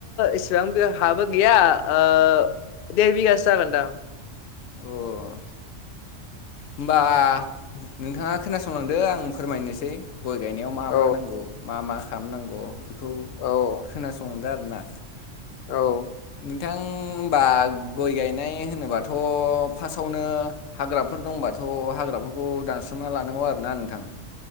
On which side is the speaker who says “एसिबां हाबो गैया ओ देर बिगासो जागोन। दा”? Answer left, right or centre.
Left